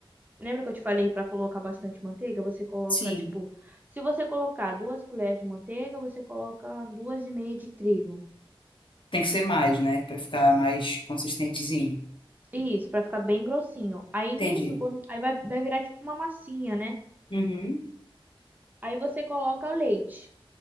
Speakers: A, on the right; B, on the left.
A: Lembra que eu te falei pra colocar bastante manteiga? Você coloca,
B: Sim.
A: tipo, se você colocar duas colheres de manteiga, você coloca duas e meia de trigo.
B: Tem que ser mais, né? Pra ficar mais consistentezinho.
A: Isso, pra ficar bem grossinho. Aí nisso,
B: Entendi.
A: quando... aí vai, vai virar tipo uma massinha, né?
B: Uhum.
A: Aí você coloca o leite.